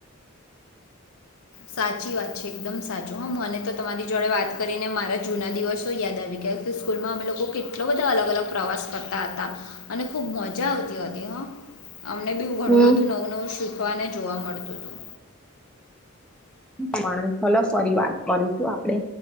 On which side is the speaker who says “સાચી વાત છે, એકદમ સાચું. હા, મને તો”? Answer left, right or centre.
Left